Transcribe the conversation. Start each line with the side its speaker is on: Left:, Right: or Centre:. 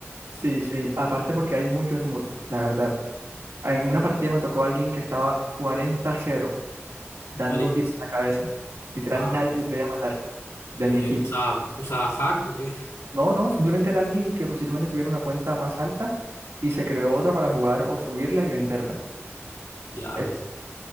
Right: Sí, sí, aparte porque hay mucho Smurf, la verdad. En una partida me tocó alguien que estaba 40 cero dando
Left: <laughs> cuarenta
Right: tiros a la cabeza. Literal,
Left: wow.
Right: nadie
Left: ¿Qué,
Right: le podía matar de
Left: qué
Right: mi equipo.
Left: usa, usa hack o qué?
Right: No, no, simplemente era alguien que posiblemente tuviera una cuenta más alta y se creó otra para jugar o subirla y venderla.
Left: Diablos.
Right: Eh,